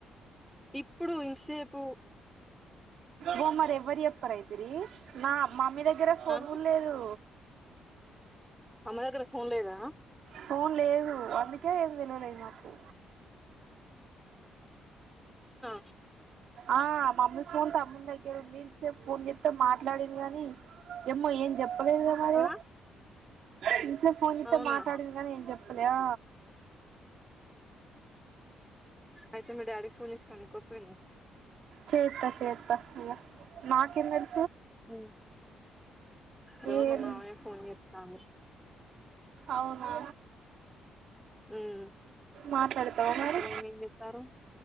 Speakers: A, in the centre; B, on the right.
A: ఇప్పుడు ఇంతసేపు
B: ఓ మరి ఎవ్వరు చెప్పరు అయితిరి నా మమ్మీ దగ్గర ఫోన్
A: అ
B: కూడా లేదు
A: అమ్మ దగ్గర ఫోన్ లేదా
B: ఫోన్ లేదు అందుక్ కే ఏం తెలవలేదు మాకు
A: ఆ
B: ఆ మమ్మీ ఫోన్ తమ్మని దగ్గర ఉంది ఇంతసేపు ఫోన్ చెస్తతే మాట్లాడిను గాని ఏమ్మో ఏం చెప్పలేదేమరి
A: ఆ,
B: ఏయ్ ఇన్సెప్ ఫోన్ చేస్తే
A: అవునా
B: మాట్లాడింగ్ గానీ ఏం చెప్ పాలియా
A: అయితే మీ డాడీకి ఫోన్ చేసి కనుక్కోపోయినవ్
B: చేేతా చేతా ఇంగ మా కిన్దల్
A: ఉమ్ రో
B: ఏం
A: మా మామయ్య ఫోన్ చేతండూ
B: అవునా
A: ఉమ్
B: మాట్లాడతావు
A: అత్తమ్మ
B: మరి
A: వదిన ఏం చేత్తారు